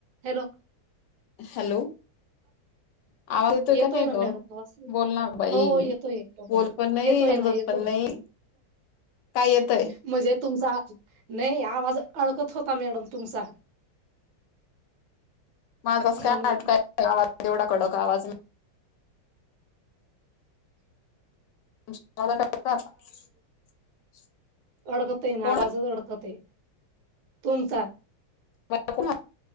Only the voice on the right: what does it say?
हॅलो,
येतोय
ना
मॅडम आवाज.
हो येतोय.
येतोय
ना येतोय.
म्हणजे तुमचा नाही आवाज अडकत होता मॅडम तुमचा.
म्हणून
अडकतय
ना, आवाजच अडकतय तुमचा.